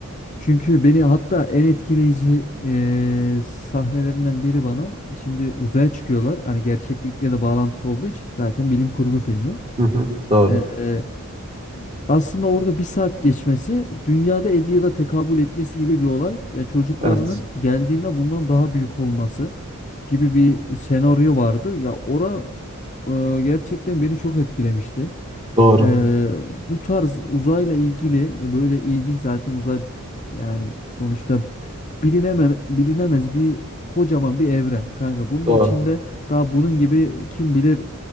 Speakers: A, on the left; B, on the right.
A: Çünkü beni hatta en etkileyici e, sahnelerinden biri bana şimdi uzaya çıkıyorlar. Hani gerçeklikle de bağlantısı olduğu için zaten bilim kurgu filmi.
B: Hı hı, doğru.
A: Ee, aslında orada bir saat geçmesi dünyada 50 yıla tekabül etmesi gibi bir olay. Ya çocuklarının
B: Evet.
A: geldiğinde bundan daha büyük olması gibi bir senaryo vardı. Ya ora e, gerçekten beni çok etkilemişti.
B: Doğru.
A: Ee, bu tarz uzayla ilgili e, böyle ilginç zaten uzay yani sonuçta bilineme, bilinemez bir kocaman bir evren kanka. Bunun
B: Doğru.
A: içinde daha bunun gibi kim bilir